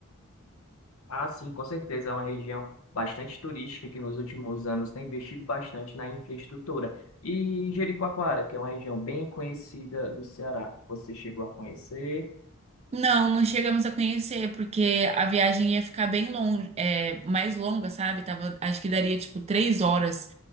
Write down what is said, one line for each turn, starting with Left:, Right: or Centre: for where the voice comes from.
Left: Ah, sim, com certeza. É uma região bastante turística que nos últimos anos tem investido bastante na infraestrutura. E Jericoacoara, que é uma região bem conhecida do Ceará. Você chegou a conhecer?
Right: Não, não chegamos a conhecer, porque a viagem ia ficar bem longe, é, mais longa, sabe? Tava, acho que daria tipo três horas,